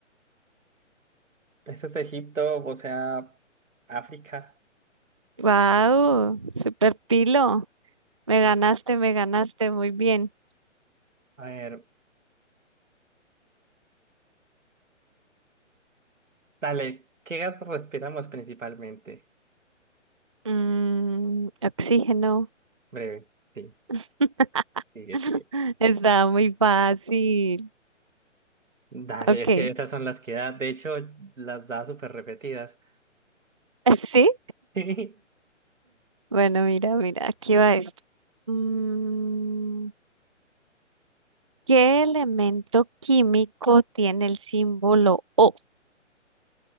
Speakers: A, on the right (about 85°); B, on the right (about 25°).
A: Eso es Egipto, o sea, África.
B: Wow, super pilo. Me ganaste, me ganaste, muy bien.
A: A ver, dale, ¿qué gas respiramos principalmente?
B: Mm, oxígeno.
A: Breve, sí,
B: <laughs>
A: sigue, sigue.
B: Está muy fácil.
A: Dale,
B: Ok.
A: es que esas son las que da, de hecho, las da súper repetidas.
B: <laughs> ¿Sí?
A: <laughs>
B: Bueno, mira, mira, aquí va esto. Mm, ¿qué elemento químico tiene el símbolo O?